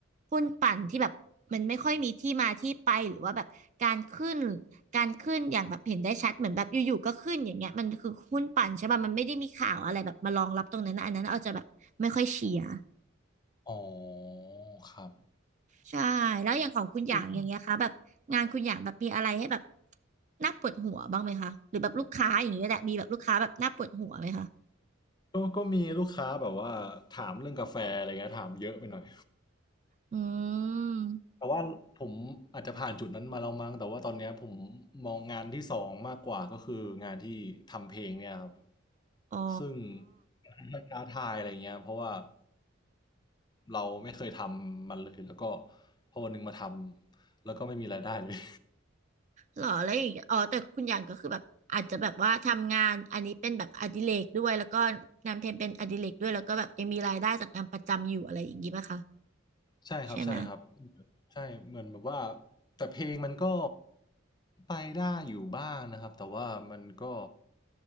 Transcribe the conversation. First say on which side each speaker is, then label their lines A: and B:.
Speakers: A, on the right; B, on the left.
A: หุ้นปั่นที่แบบมันไม่ค่อยมีที่มาที่ไปหรือว่าแบบการขึ้นการขึ้นอย่างแบบเห็นได้ชัดเหมือนแบบอยู่ๆก็ขึ้นอย่างเงี้ยมันคือหุ้นปั่นใช่ป่ะมันไม่ได้มีข่าวอะไรแบบมารองรับตรงนั้นนะอันนั้นเอาจจะแบบไม่ค่อยเชียร์
B: อ๋อครับ
A: ใช่แล้วอย่างของคุณอย่างอย่างเงี้ยคะแบบงานคุณอย่างแบบมีอะไรให้แบบ
B: ก
A: น่าปวดหัวบ้างไหมคะหรือแบบลูกค้าอย่างเงี้ยแหละมีแบบลูกค้าแบบน่าปวดหัวไหมคะ
B: ็ก็มีลูกค้าแบบว่าถามเรื่องกาแฟอะไรเงี้ยถามเยอะไปหน่อย
A: อืม
B: แต่ว่าผมอาจจะผ่านจุดนั้นมาแล้วมั้งแต่ว่าตอนเนี้ยผมมองงานที่สองมากกว่าก็คืองานที่ทำเพลงเนี่ยครับ
A: อ๋อ
B: ซึ่งมันท้าทายอะไรเงี้ยเพราะว่าเราไม่เคยทำมันเลยแล้วก็พอวันหนึ่งมาทำแล้วก็ไม่มีรายได้เลย
A: หรอแล้วอย่างเงี้ยอ๋อแต่คุณหยางก็คือแบบอาจจะแบบว่าทำงานอันนี้เป็นแบบอดิเรกด้วยแล้วก็งานเพลงเป็นอดิเรกด้วยแล้วก็แบบยังมีรายได้จากงานประจำอยู่อะไรอย่างงี้ป่ะคะ
B: ใช่ครับใช่ครับ
A: ใช่ไหม
B: ใช่เหมือนแบบว่าแต่เพลงมันก็ไปได้อยู่บ้างนะครับแต่ว่ามันก็